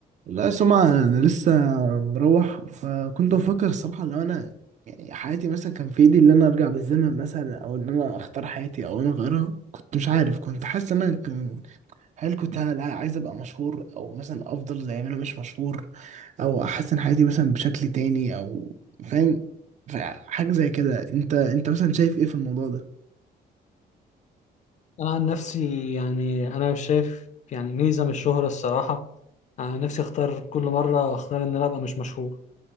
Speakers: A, on the right; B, on the left.
A: لا سمعة أنا لسه مروح فكنت بفكر الصراحة لو أنا يعني حياتي مثلا كان في إيدي إن أنا أرجع بالزمن مثلا أو إن أنا أختار حياتي أو أنا أغيرها كنت مش عارف كنت حاسس إن أنا كان- هل كنت ه- عايز أبقى مشهور أو مثلا أفضل زي ما أنا مش مشهور أو أحسن حياتي مثلا بشكل تاني أو فاهم فحاجة زي كده أنت أنت مثلا شايف إيه في الموضوع ده؟
B: أنا عن نفسي يعني أنا مش شايف يعني ميزة من الشهرة الصراحة أنا نفسي أختار كل مرة أختار إن أنا أبقى مش مشهور